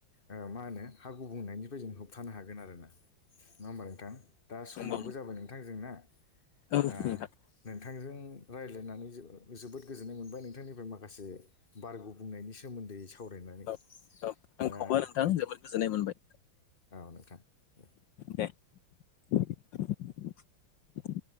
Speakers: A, on the left; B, on the left.
A: ओ मा होनो हागु बुंनायनिफ्राय जों होबथानो हागोन आरो ना नङा होमबा नोंथां दा समाबो
B: नंगौ नंगौ
A: जाबाय नोंथांजोंना
B: औ
A: आ
B: नोंथां
A: <unintelligible> थांजों रायज्लायनानै जो‌ जोबोद गोजोननाय मोनबाय नोंथांनिफ्राय माखासे बारग' बुंनायनि सोमोन्दैस सावरायनानै
B: औ औ आंखौबो
A: दा
B: नोंथां
A: बिदि
B: जोबोद गोजोननाय मोनबाय
A: औ नोंथां दे
B: दे <unintelligible>